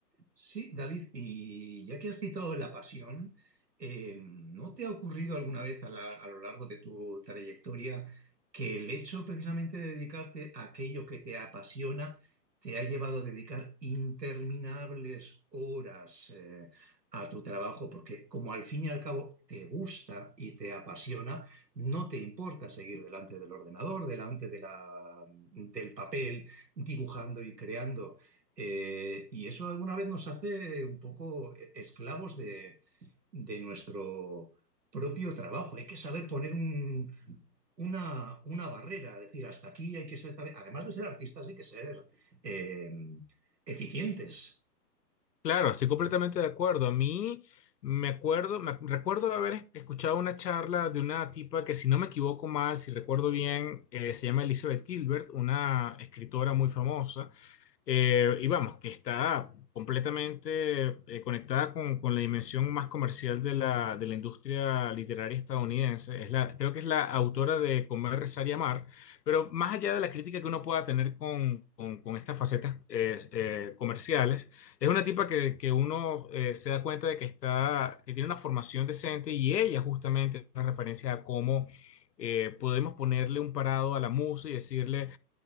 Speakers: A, on the right (about 75°); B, on the left (about 75°).
A: Sí, David, y ya que has citado La Pasión, eh, ¿no te ha ocurrido alguna vez a, la- a lo largo de tu trayectoria que el hecho precisamente de dedicarte a aquello que te apasiona te ha llevado a dedicar interminables horas eh, a tu trabajo? Porque como al fin y al cabo te gusta y te apasiona, no te importa seguir delante del ordenador, delante de la- del papel, dibujando y creando. Eh, y eso alguna vez nos hace un poco eh, esclavos de, de nuestro propio trabajo. Hay que saber poner un, una, una barrera, decir, hasta aquí hay que ser, además de ser artistas, hay que ser eh, eficientes.
B: Claro, estoy completamente de acuerdo. A mí me acuerdo, me ac- recuerdo haber es- escuchado una charla de una tipa que, si no me equivoco mal, si recuerdo bien, eh, se llama Elizabeth Gilbert, una escritora muy famosa. Eh, y vamos, que está completamente eh, conectada con, con la dimensión más comercial de la, de la industria literaria estadounidense. Es la, creo que es la autora de Comer, Rezar y Amar, pero más allá de la crítica que uno pueda tener con, con- con estas facetas eh, eh, comerciales, es una tipa que, que uno eh, se da cuenta de que, está, que tiene una formación decente y ella justamente es una referencia a cómo... eh, podemos ponerle un parado a la música y decirle,